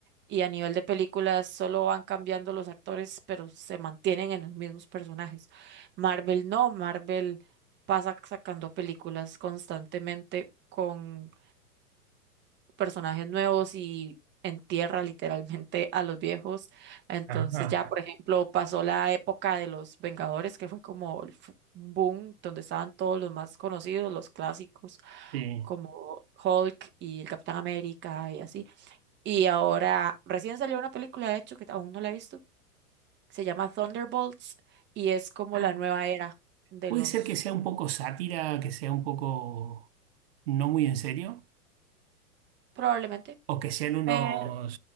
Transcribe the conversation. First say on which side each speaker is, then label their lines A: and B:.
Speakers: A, on the right; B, on the right.
A: y a nivel de películas solo van cambiando los actores, pero se mantienen en los mismos personajes. Marvel no, Marvel pasa sacando películas constantemente. con personajes nuevos y entierra literalmente a los viejos. Entonces
B: ajá,
A: ya, por ejemplo, pasó la época de los Vengadores, que fue como el fu- boom, donde estaban todos los más conocidos, los clásicos,
B: sí.
A: como Hulk y el Capitán América y así. Y ahora recién salió una película, de hecho, que aún no la he visto, se llama Thunderbolts y es como
B: Ah,
A: la nueva era de
B: Puede
A: los,
B: ser que sea un poco sátira, que sea un poco no muy en serio,
A: probablemente.
B: o que sean
A: Pero
B: unos.